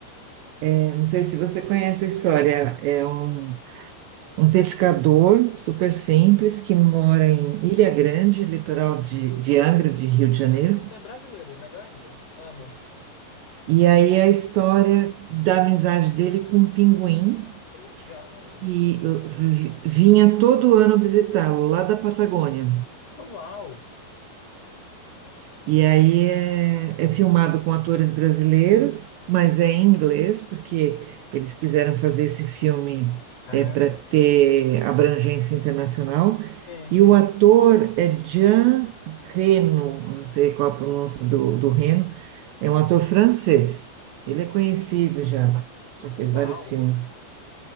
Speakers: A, on the right; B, on the left.
A: É, não sei se você conhece a história. É um Um pescador super simples que mora em Ilha Grande, litoral de, de Angra, de Rio de Janeiro.
B: Ah, então é brasileiro, melhor ainda. Amo.
A: E aí a história da amizade dele com um pinguim
B: Que legal.
A: que uh, vi- vinha todo ano visitá-lo lá da Patagônia.
B: Uau.
A: E aí é, é filmado com atores brasileiros, mas é em inglês, porque eles quiseram fazer esse filme
B: Ah,
A: é, para ter abrangência internacional.
B: sim, sim.
A: E o ator é Jean Reno, eu não sei qual a pronúncia do, do Reno, é um ator francês. Ele é conhecido já, já fez
B: Uau.
A: vários filmes.